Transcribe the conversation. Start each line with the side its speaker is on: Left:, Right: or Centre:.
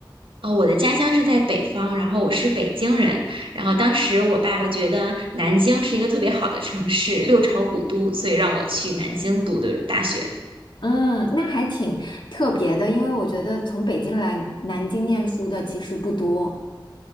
Right: 呃，我的家乡是在北方，然后我是北京人，然后当时我爸爸觉得南京是一个特别好的城市，六朝古都，所以让我去南京读的大学。
Left: 嗯，那还挺特别的，因为我觉得从北京来南京念书的其实不多